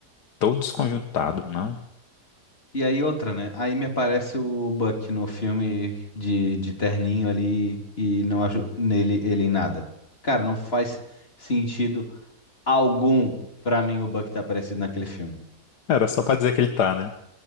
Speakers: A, on the left; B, on the left.
A: todo desconjuntado, não?
B: E aí outra, né? Aí me aparece o Buck no filme de, de terninho ali e não ajuda nele ele em nada. Cara, não faz sentido algum pra mim o Buck tá aparecendo naquele filme.
A: Era só pra dizer que ele tá, né?